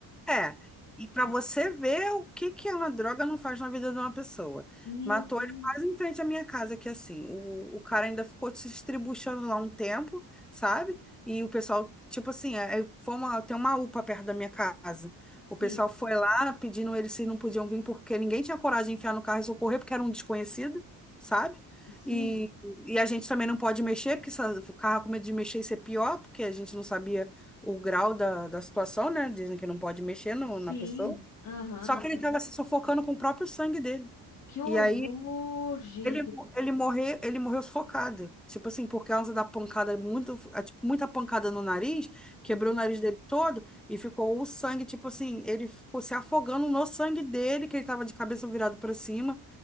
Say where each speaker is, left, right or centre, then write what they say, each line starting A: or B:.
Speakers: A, in the centre; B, on the left.
A: É, e para
B: E-
A: você ver o que que uma droga não faz na vida de uma pessoa.
B: meu
A: Matou
B: Deus.
A: ele quase em frente à minha casa, que assim, o, o cara ainda ficou se estribuchando lá um tempo, sabe? E o pessoal, tipo assim, é, é, foi uma, tem uma UPA perto da minha casa.
B: Sim,
A: O pessoal foi lá pedindo eles se não podiam vir, porque ninguém tinha coragem de enfiar no carro e socorrer, porque era um desconhecido, sabe?
B: sim,
A: E, e a gente também não pode mexer, porque se o carro com medo de mexer, isso é pior, porque a gente não sabia o grau da, da situação, né? Dizem que não pode mexer no-
B: sim.
A: na pessoa.
B: Aham,
A: Só
B: não
A: que
B: pode.
A: ele estava se sufocando com o próprio sangue dele.
B: Que horror,
A: E aí
B: gente.
A: ele, ele morreu ele morreu sufocado. Tipo assim, por causa da pancada, muito, ah, tipo, muita pancada no nariz, quebrou
B: Uhum.
A: o nariz dele todo e ficou o sangue, tipo assim, ele ficou se afogando no sangue dele, que ele estava de cabeça virado para cima.